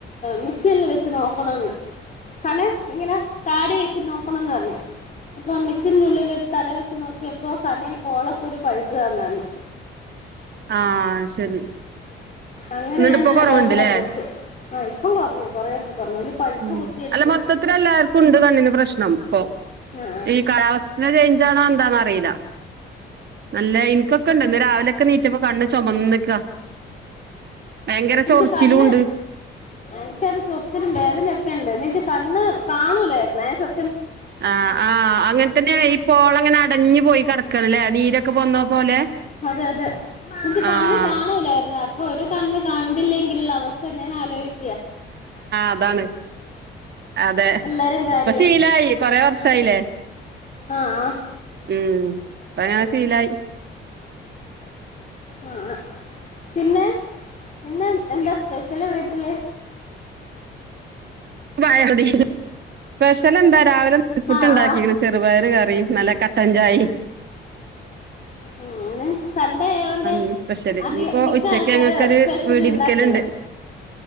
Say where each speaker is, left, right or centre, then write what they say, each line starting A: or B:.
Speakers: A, on the left (about 40°); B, on the right (about 60°).
A: മെഷീനിൽ വെച്ച് നോക്കണന്ന് കണ്ണ് ഇങ്ങനെ താടി വെച്ച് നോക്കണംന്ന് പറഞ്ഞ് അപ്പൊ ആ മിഷീന്റെ ഉള്ളില് തല വെച്ച് നോക്കിയപ്പോ കണ്ണിന് പോളക്കുരു പഴുത്തതാന്നു പറഞ്ഞ് <inaudible>
B: ആ ശരി
A: അങ്ങനെയാണ്
B: എന്നിട്ട് ഇപ്പോ കൊറവുണ്ട്ല്ലേ
A: രോഗം കണ്ടെടുത്ത് ആ ഇപ്പം കുറഞ്ഞു കൊറെയൊക്കെ കുറഞ്ഞു ഓല് പഴുപ്പ്
B: ഉ
A: കുത്തിയെടുത്ത്
B: അല്ല മൊത്തത്തില് എല്ലാർക്കും ഉണ്ട് കണ്ണിന് പ്രശ്നം ഇപ്പൊ
A: ആ
B: ഈ കാലാവസ്ഥൻ്റേ ചേയിഞ്ചാണോ എന്താന്നറിയില്ല നല്ല എനിക്കൊക്കെ ഉണ്ട് ഇന്ന് രാവിലൊക്കെ നീച്ചപ്പൊ കണ്ണ് ചുമന്ന്ക്കാ ഭയങ്കര
A: എനിക്ക്
B: ചൊറിച്ചിലും
A: കണ്ണ്
B: ഇണ്ട്
A: എനിക്കത് ചൊർച്ചിലും വേദനയൊക്കെ ഉണ്ട്എനിക്ക് കണ്ണ് കാണൂല്ലായിരുന്നേ സ
B: ആ ആ അങ്ങനെ തന്നേണ് ഈ പോളങ്ങനെ അടഞ്ഞു പോയി കട ക്കണില്ലേ നീരൊക്കെ പോന്നോ പോലെ
A: അതെ അതെ എനിക്ക്
B: ആഹ്
A: കണ്ണ് കാണുല്ലായിരുന്നേ അ പ്പൊരു കണ്ണ് കണ്ടില്ലെങ്കിലുള്ള അവസ്ഥ ഞാൻ ആലോചിക്ക
B: അതാണ് അതെ
A: എല്ലാരും കാര്യം
B: ഇപ്പംശീലായി കൊറേ വർഷായിലേ
A: അ ആ
B: ഉം ഇപ്പങ്ങനെ ശീലായി
A: ആ പിന്നെ ഇന്ന് എന്താ സ്പെഷ്യല് വീട്ടില്
B: <unintelligible> സ്പെഷലെന്താ രാവിലെ നൂൽപ്പുട്ട്
A: ആ
B: എണ്ടാക്കിക്ണ്
A: ആ
B: ചെറുപയർ ക റിം നല്ല കട്ടൻചായിം
A: അങ്ങനെ സൺഡേ ആയോണ്ട്
B: ഇന്ന് സ്പെഷ്യല്
A: അധികം
B: ഇനിയിപ്പോ
A: മിക്ക
B: ഉച്ചക്ക്
A: ആൾക്കാരും
B: ഞങ്ങക്കൊരു
A: സ്പെഷ്യൽ
B: വീടിരിക്കല്ണ്ട്
A: ഇണ്ടാക്കല്ലോ